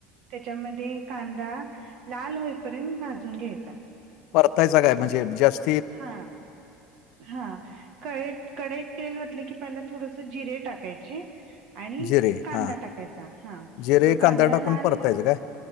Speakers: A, on the right (about 60°); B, on the left (about 65°).
A: त्याच्यामध्ये कांदा लाल होईपर्यंत भाजून घ्यायचा.
B: परतायचा काय म्हणजे जास्त
A: हा! हा क-कडईत तेल ओतलं की पहिला थोडस जिरे टाकायचे. आणि
B: जिरे
A: कांदा
B: हां.
A: टाकायचा हा
B: जिरे,
A: मग कांदा
B: टाकून
A: लाल
B: परतायचं काय?